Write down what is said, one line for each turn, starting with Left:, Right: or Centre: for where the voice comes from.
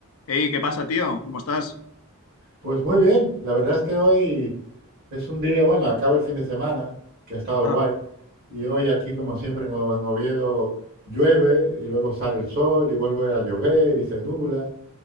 Left: Hey, ¿qué pasa, tío? ¿Cómo estás?
Right: Pues muy bien, la verdad es que hoy es un día, bueno, acaba el fin de semana, que ha estado
Left: Ajá.
Right: guay, y hoy aquí como siempre en, O- en Oviedo llueve y luego sale el sol y vuelve a llover y se nubla